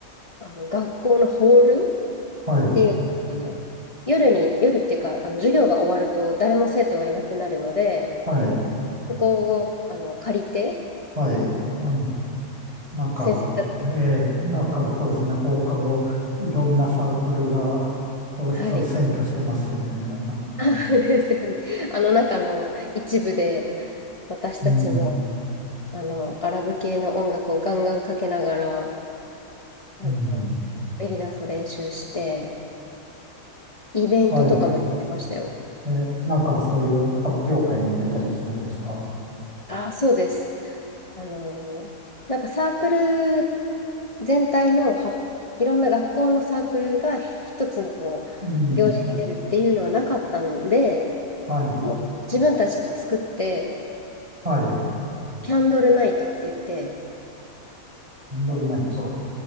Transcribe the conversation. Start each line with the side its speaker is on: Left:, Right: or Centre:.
Left: あの、学校のホール
Right: はい、
Left: っていうんですかね。夜に、夜っていうか、あの、授業が終わると誰も生徒がいなくなるので、
Right: はい、
Left: そこを、あの、借りて、
Right: はい。あの、なんか、
Left: 先生たちが、
Right: ええ、なんかそうですね、放課後、いろんなサークルが教室を占拠してますよね。
Left: はい。
Right: なんか、
Left: あそうですよね。あの中の一部で、私たちも、
Right: うん、
Left: あの、アラブ系の音楽をガンガンかけながら、あの、
Right: うん。
Left: ベリーダンスを練習して、イベントとかもやってましたよ。
Right: はい。え、なんかそういう発表会に出たりするんですか
Left: ああ、そうです。あのーなんかサークル全体のは、いろんな学校のサークルが一つのこう、
Right: うん、
Left: 行事に出るっていうのはなかったんで、
Right: はい、
Left: もう自分たちで作って、
Right: はい。
Left: キャンドルナイトって言って、
Right: キャンドルナイト。
Left: あの、